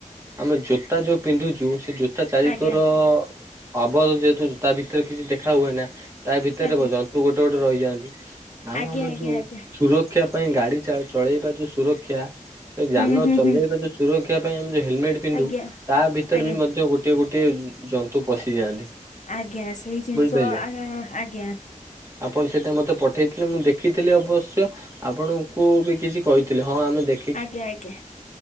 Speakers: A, on the right (about 20°); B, on the left (about 60°).
A: ଆମେ ଜୋତା ଯୋଉ ପିନ୍ଧୁଛୁ ସେ ଜୋତା ଚାରିିକର
B: ଆଜ୍ଞା
A: ଆବଦ୍ଧ ଯେହେତୁ ତା ଭିତରେ କିଛି ଦେଖା ହୁଏ ନା। ତା ଭିତେରେ
B: ଆଜ୍ଞା
A: ବୁ ଗୋଟେ, ଗୋଟେ ରହିଯାନ୍ତି। ଆଉ
B: ଆଜ୍ଞା
A: ଆମର
B: ଆଜ୍ଞା
A: ଯୋଉ
B: ଆଜ୍ଞା
A: ସୁର ରକ୍ଷା ପାଇଁ ଗାଡି ଚଳେଇବା ଯୋଉ ସୁରକ୍ଷା ଜାନ
B: ହୁଁ ହୁଁ
A: ଚଲେଇବା
B: ହୁଁ
A: ବି ସୁରକ୍ଷା ପାଇଁ ଆମ ଯଉ ହେଲମେଟ୍ ପିନ୍ଧୁ
B: ଆଜ୍ଞା
A: ତା ଭିତରେ
B: ଆଜ୍ଞା
A: ବି ମଧ୍ୟ ଗୋଟ ଗୋଟିଏ, ଗୋଟିଏ ଜନ୍ତୁ ପଶିଯାଆନ୍ତି।
B: ଆଜ୍ଞା। ସେଇ ଜିନିଷ
A: ବୁଝିପାରିଲେ।
B: ଆଇଁ ଆଇଁ ଆଁ ଅଜ୍ଞା।
A: ଆପଣ ସେଇଟା ମତେ ପଠେଇଥିଲେ ମୁଁ ଦେଖିଥିଲି ଅବଶ୍ୟ ଆପଣଙ୍କୁ ବି କିଛି କହିଥିଲେ। ହଁ, ଆମେ ଦେଖ
B: ଆଜ୍ଞା, ଆଜ୍ଞା।